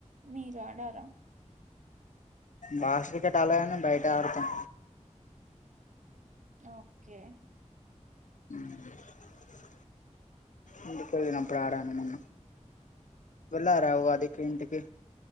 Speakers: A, on the right; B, on the left.
A: మీరు ఆడారా
B: బాక్స్ క్రికెట్ ఆడలేదు, గాని బయట ఆడుతాం.
A: ఓకే
B: - <unintelligible> అందుకోలేనప్పుడు ఆడాను మొన్న వెళ్ళారా ఉగాదికి ఇంటికి.